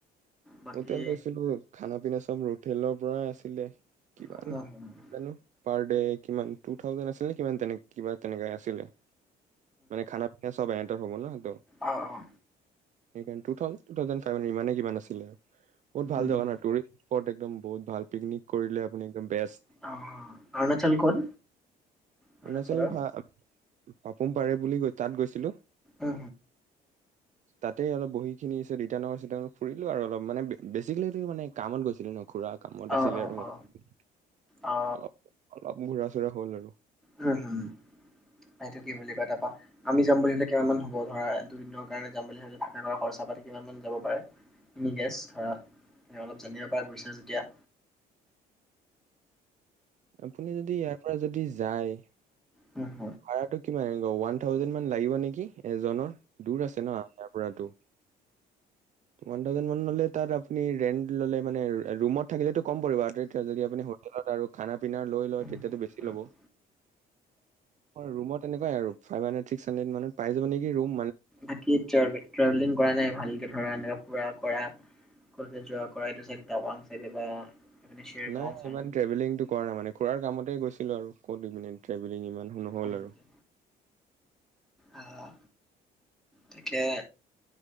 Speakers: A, in the centre; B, on the right.
A: বাকী
B: হোটেল গৈছিলো খানা পিনা চব ৰুটি তেলৰ পৰাই আছিলে কিমান
A: উম
B: জানো পাৰ ড কিমান টু থাউজেণ্ড আছিল নে কি তেনে কিবা তেনেক আছিলে মানে খানা পিনা চব হব ন তা
A: অ, অ।
B: সেইকাৰনে two thousand, two thousand five hundred ইমানে কিমান আছিলে। বহুত ভাল
A: উম
B: জাগা নাই <unintelligible> দম বহত ভাল। পিকনিক কৰিলে আপুনি একদম বেষ্ট।
A: অ অৰুণাচল ক'ত অৰুণাচলৰ
B: অৰুণাচল ভা পাপুম পাৰে বুলি গৈ তাত গৈছিলো
A: অ
B: তাতে অলপ বহিখিনি ইটানগৰ চিতানগৰ ফুৰিলো আৰু অলপ মানে বেছিকেলি মানে কামত গৈছিলো ন। ঘুৰা কামত
A: অ
B: আছিলে
A: অ
B: আৰু মই,
A: অ অ
B: অলপ-অলপ ঘুৰা-চুৰা হ'ল আৰু।
A: উম হম, এইটো কি বুলি কয় তাৰপা আমি যাম বুলি হলে কিমান মান হ'ব? ধৰা দুদিনৰ কাৰণে যাম বুলি হলে থকা কৰা খৰচা পাতি কিমান মান যাব পাৰে? নিগেছ ধৰা অলপ জানিব পৰা গৈছে যেতিয়া
B: আপুনি যদি ইয়াৰ পৰা যদি যায়
A: উ।
B: ভাড়টো কিমান? ওৱান থাউজেণ্ড মান লাগিব নেকি এজনৰ। দূৰ আছে ন ইয়াৰ পৰাতো? ওৱান থাউজেণ্ড মান ল'লে তাত আপুনি ৰেন্ট ল'লে মানে ৰুমত থাকিলেতো কম পৰিব আৰ হোত আৰু যদি আপুনি হোটেলত আৰু খানা-পিনা লৈ
A: বাকী
B: লয়, তেতিয়াটো বেছি ল'ব। ৰোমত তেনেকুৱাই আৰু। ফাইভ হান্দ্ৰেড ছিকস হান্দ্ৰেদ মানত পাই যাব নেকি ৰোম?
A: বাকী ট্ৰেভ-ট্ৰেভেলিং কৰা নাই ভালকে পাৰা নাই। ঘূৰা-কৰা, কবালৈ যোৱা কৰা, এইটো চাইড টাৱাং চাইডে বা এইপিনে চেৰগাঁও
B: নাই,
A: চাইড
B: ইমান ট্ৰেভেলিংটো কৰা নাই মানে খুৰাৰ কামত কতে গৈছিলো আৰু ক'ত দি পিনে ট্ৰেভেলিং ইমান নহ'ল
A: হয়
B: আৰু।
A: নেকি আহ তাকে